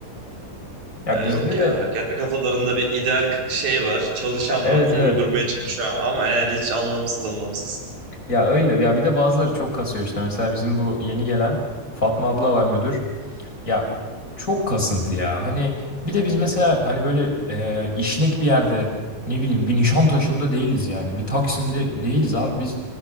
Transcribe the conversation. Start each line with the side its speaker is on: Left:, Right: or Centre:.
Left: Ya
Right: Ya
Left: bizde
Right: yok ya
Left: de
Right: kendi kafalarında bir ideal k- şey var. Çalışan
Left: ya evet
Right: var. Onu
Left: evet.
Right: uydurmaya çalışıyor ama yani hiç anlamsız anlamsız.
Left: Ya öyle. Ya bir de bazıları çok kasıyor işte. Mesela bizim bu yeni gelen Fatma abla var müdür. Ya çok kasıntı ya. Hani bir de biz mesela hani böyle e, işlek bir yerde ne bileyim bir Nişantaşı'nda değiliz yani. Bir Taksim'de değiliz abi. Biz